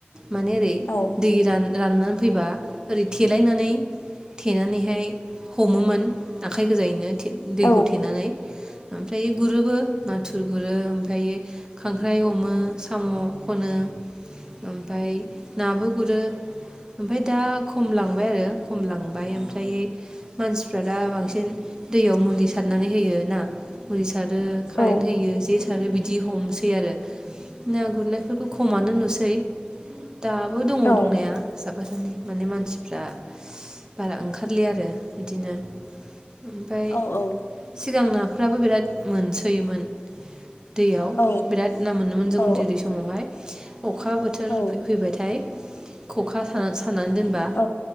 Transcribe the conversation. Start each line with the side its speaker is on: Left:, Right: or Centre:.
Right: माने ओरै
Left: औ
Right: दै रान राननानै फैबा ओरै थेलायनानै थेनानैहाय हमोमोन आखाय गोजायैनो। दैखौ
Left: औ
Right: थेनानै फायो गुरोबो नाथुर गुरो फायो खांख्राइ हमो साम' खनो ओमफाय नाबो गुरो ओमफाय दा खम लांबाय आरो खम लांबाय ओमफ्राय मानसिफ्रा दा बांसिन दैयाव मुलि सारनानै होयो ना आरो खारेन्ट
Left: औ
Right: होयो जे सा आरो बिदि हमसै आरो ना गुरनायफोरखौ खमानो नुसै। दाबो दङ
Left: औ
Right: दंनाया। <unintelligible> माने मानसिफ्रा बारा ओंखारलिया आरो बिदिनो ओमफाय
Left: औ औ
Right: सिगांना फ्राबो बिराद मोनसोयोमोन‌। दैयाव
Left: औ
Right: बिराद ना मोनोमोन जों
Left: औ
Right: उन्दै उन्दै समावहाय। अखा बोथोर
Left: औ
Right: फैबाथाय खखा साना स फाननानै दोनबा
Left: औ